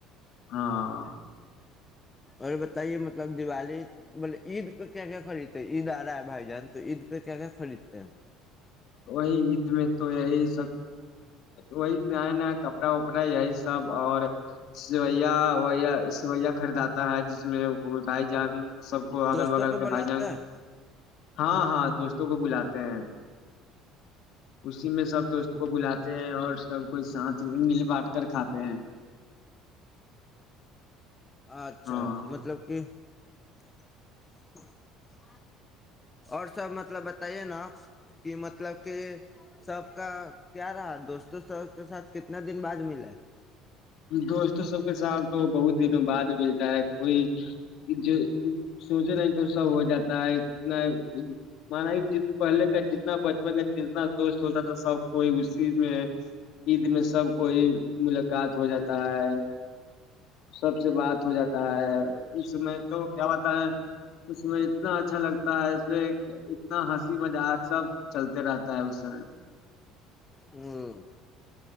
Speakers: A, on the left; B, on the left.
A: ہاں <unintelligible>
B: اور بتائیے مطلب دیوالی بولے عید پہ کیا کیا خریدتے عید آ رہا ہے بھائی جان تو عید پہ کیا کیا خریدتے ہیں
A: وہی عید میں تو یہی سب وہی <unintelligible> نیا نیا کپڑا وپڑا یہی سب اور سویا <unintelligible> و خریدات <unintelligible> تا ہے جس میں وہ بھائی جان <unintelligible> سب کو اگل
B: دوستوں
A: بغل
B: کو
A: کے
B: بلاتے
A: بھائی جان
B: ہیں
A: ہاں ہاں دوستوں کو بلاتے ہیں اسی میں سب دوستوں کو بلاتے ہیں اور سب کوئی ساتھ مل بانٹ کر کھاتے ہیں
B: اچھا
A: ہاں
B: مطلب کہ <unintelligible> <inaudible> اور سب مطلب بتائیے نا کہ مطلب کہ سب کا کیا رہا دوستوں سب کے ساتھ کتنا دن بعد ملے
A: دوستوں سب کے ساتھ تو بہت دنوں بعد ملتا ہے کوئی جو سوچے نہیں تو سب ہو جاتا ہے اتنا مانا پہلے کا جتنا بچپن کا جتنا دوست ہوتا تھا سب کوئی اسی میں عید میں سب کوئی ملاقات ہو جاتا ہے سب سے بات ہو جاتا ہے اس میں تو کیا بتا ہے اس میں اتنا اچھا لگتا ہے اس اتنا ہنسی مذاق سب چلتے رہتا ہے اس میں <unintelligible>
B: ہ